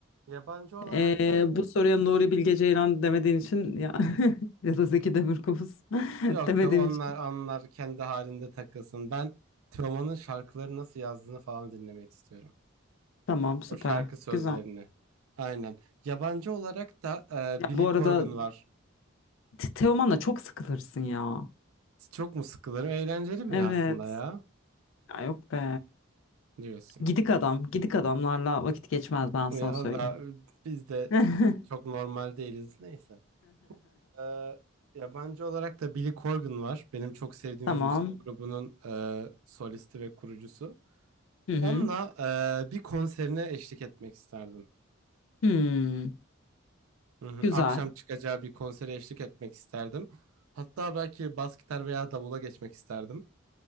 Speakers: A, on the right; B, on the left.
A: Yabancı olarak
B: Ee,
A: da
B: bu soruya Nuri Bilge Ceylan demediğin için ya <laughs> ya da Zeki Demirkubuz <laughs>
A: yok
B: demediğin
A: yok onlar
B: için
A: onlar kendi halinde takılsın. Ben Teoman'ın şarkıları nasıl yazdığını falan dinlemek istiyorum.
B: tamam süper
A: O şarkı sözlerini.
B: güzel.
A: Aynen. Yabancı olarak da
B: Ya
A: e, Billy
B: bu
A: Corgan
B: arada
A: var.
B: Te- Teoman'la çok sıkılırsın ya.
A: Çok mu sıkılırım? Eğlenceli bir
B: Evet.
A: aslında ya
B: Ya yok be.
A: diyorsun.
B: Gidik adam, gidik adamlarla vakit geçmez ben sana
A: Ya valla
B: söyleyeyim.
A: biz de
B: <laughs>
A: çok normal değiliz. Neyse. Ee, yabancı olarak da Billy Corgan var. Benim çok sevdiğim
B: Tamam.
A: bir müzik grubunun e, solisti ve kurucusu.
B: Hı hı.
A: Onunla e, bir konserine eşlik etmek isterdim.
B: Hmm.
A: Hı hı.
B: Güzel.
A: Akşam çıkacağı bir konsere eşlik etmek isterdim. Hatta belki bas gitar veya davula geçmek isterdim.